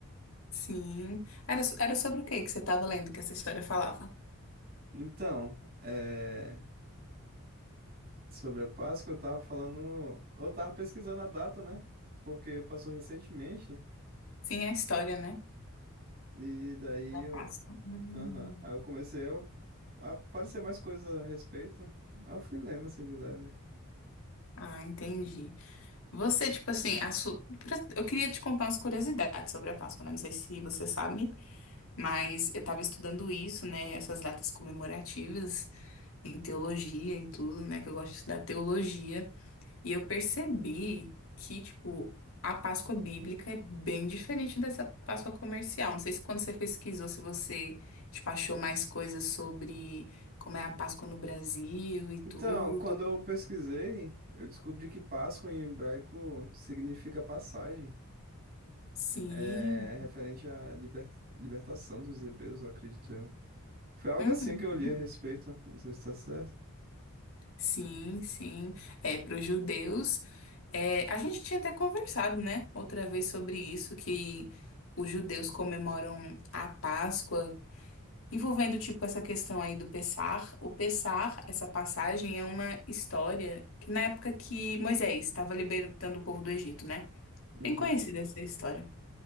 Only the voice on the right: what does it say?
Então, é, sobre a Páscoa eu tava falando, eu tava pesquisando a data, né? Porque passou recentemente
e daí
eu,
aham, aí eu comecei a, a aparecer mais coisas a respeito. Aí eu fui lendo assim de leve.
Então, quando eu pesquisei, eu descobri que Páscoa em hebraico significa passagem.
É referente à liber- libertação dos hebreus, eu acredito eu. Foi algo
assim que eu li a respeito, não sei se tá certo.
Uhum.